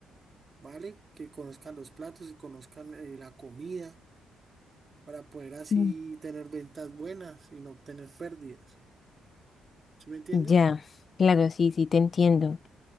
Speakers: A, on the right (about 35°); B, on the left (about 45°).
A: ¿vale? Que conozcan los platos, que conozcan eh, la comida, para poder así
B: Ujú.
A: tener ventas buenas y no tener pérdidas. ¿Sí me entiende?
B: Ya, claro, sí, sí, te entiendo.